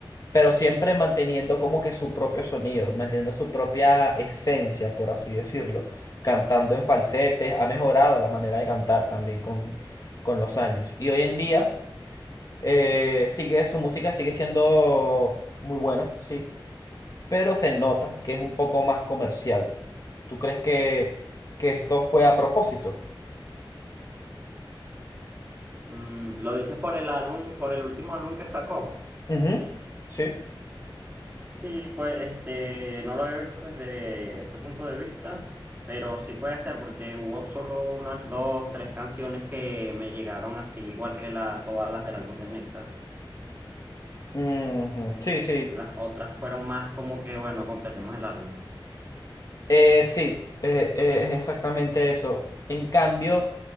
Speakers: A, on the left (about 40°); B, on the right (about 25°).
A: pero siempre manteniendo como que su propio sonido, manteniendo su propia esencia, por así decirlo. Cantando en falsete, ha mejorado la manera de cantar también con, con los años. Y hoy en día eh, sigue, su música sigue siendo muy buena, sí pero se nota que es un poco más comercial. ¿Tú crees que, que esto fue a propósito?
B: Mm, ¿lo dices por el álbum, por el último álbum que sacó?
A: Ujú, Sí.
B: Sí, pues este, no lo había visto desde ese punto de vista, pero sí puede ser porque hubo solo unas dos, tres canciones que me llegaron así, igual que la, todas las del álbum de Nectar.
A: Ujú, Sí, sí.
B: Las otras fueron más como que, bueno, completemos el álbum.
A: Eh, sí, eh, eh, es exactamente eso. En cambio,